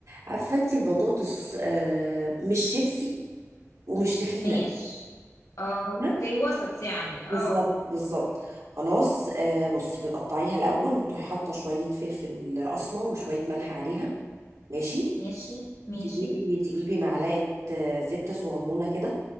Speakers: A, on the right; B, on the left.
A: عارفه انت البطاطس آه مش شيبسي ومش تخينه
B: ماشي اه
A: لا؟
B: اوكي وسط يعني
A: بالظبط
B: اه
A: بالظبط خلاص آه بصي بتقطعيها الاول وتروحي حاطه شويه فلفل اسمر وشويه ملح عليها ماشي
B: ماشي ماشي
A: تجيبي تجيبي معلقة آه، زبدة صغنونة كده